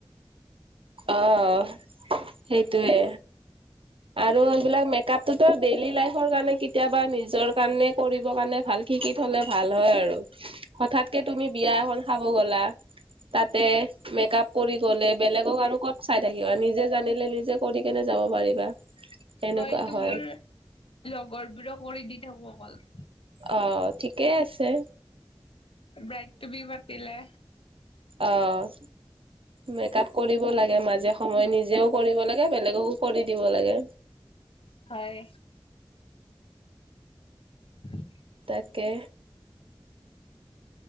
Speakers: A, on the right; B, on the left.
A: অহ সেইটোৱে। আৰু এইবিলাক মেকআপটোত ডেইলি লাইফৰ কাৰণে কেতিয়াবা নিজৰ কাৰণে কৰিব কাৰণে ভাল। শিকি থলে ভাল হয় আৰু হঠাৎকে তুমি বিয়া এ হল খাব গ'লা। তাতে মেকআপ কৰি গ'লে বেলেগক আৰু ক'ত চাই থাকিবা নিজে জানিলে নিজে কৰি কেনে যাব পাৰিবা। সেনেকুৱা
B: মই এইটো
A: হয়
B: মোৰ লগৰবোৰক কৰি দি থাকো অকল।
A: অ ঠিকেই আছে।
B: ব্ৰাইডটো বি পাতিলে।
A: অঁ। মেকআপ কৰিব লাগে মাজে সময়ে নিজেও কৰিব লাগে বেলেগকো কৰি দিব লাগে।
B: হয়। <inaudible>
A: তাকে।